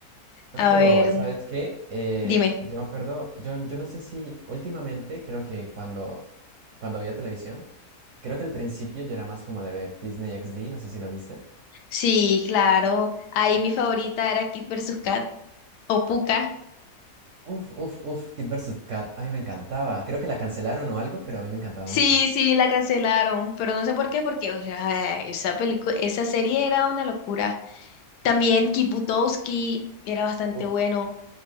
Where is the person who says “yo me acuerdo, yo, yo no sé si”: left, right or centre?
Right